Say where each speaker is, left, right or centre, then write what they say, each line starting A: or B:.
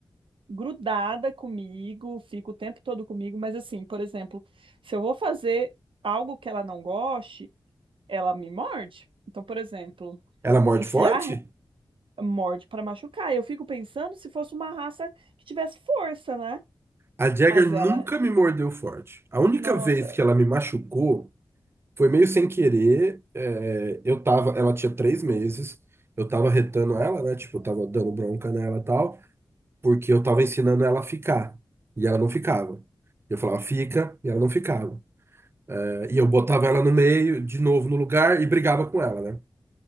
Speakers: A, on the right; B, on the right.
A: grudada comigo, fica o tempo todo comigo, mas assim, por exemplo, se eu vou fazer algo que ela não goste, ela me morde. Então, por exemplo,
B: Ela morde
A: enfiar
B: forte?
A: morde para machucar. Eu fico pensando se fosse uma raça que tivesse força, né?
B: A Jagger
A: Mas
B: nunca
A: ela,
B: me mordeu forte. A única
A: nossa,
B: vez que ela me machucou Foi meio sem querer. é, eu tava, ela tinha três meses, eu tava retando ela, né? Tipo, eu tava dando bronca nela e tal, porque eu tava ensinando ela a ficar. E ela não ficava. Eu falava, fica, e ela não ficava. É, E eu botava ela no meio, de novo no lugar, e brigava com ela, né?